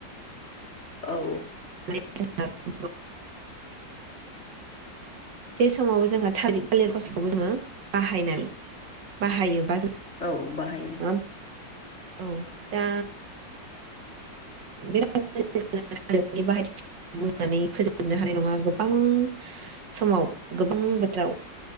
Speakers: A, on the left; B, on the right.
A: औ
B: <unintelligible> बे समाव जोंहा थालिर थालिर खसखौबो जोङो बाहायनानै बाहायोबा जों
A: औ बाहायो।
B: नङा होमबा? औ दा <unintelligible> नानै फोजोबनो हानाय नङा गोबां समाव गोबां बोथोराव